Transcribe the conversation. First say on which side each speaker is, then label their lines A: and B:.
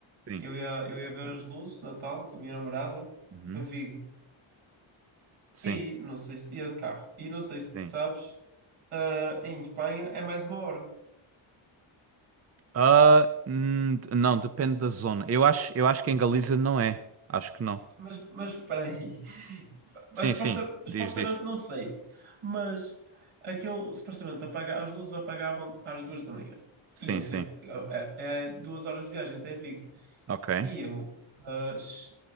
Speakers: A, on the right; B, on the right.
A: sim.
B: eu ia, eu ia ver as luzes de Natal com a minha namorada,
A: Uhum,
B: a Vigo,
A: Sim,
B: e não sei se, ia de carro, e não sei se tu
A: sim.
B: sabes, ah, em Espanha é mais uma hora,
A: Ah, hum, d- não, depende da zona. Eu acho, eu acho que em Galiza não é. Acho que não.
B: mas, mas espera aí, <laughs> mas
A: Sim,
B: suposta-
A: sim.
B: supostamente,
A: Diz, diz.
B: não sei, mas aquilo, supostamente, apaga, as luzes apagavam às duas da manhã,
A: Sim,
B: e eu sei,
A: sim.
B: que é, é duas horas de viagem até Vigo.
A: Ok.
B: E eu ah, ch-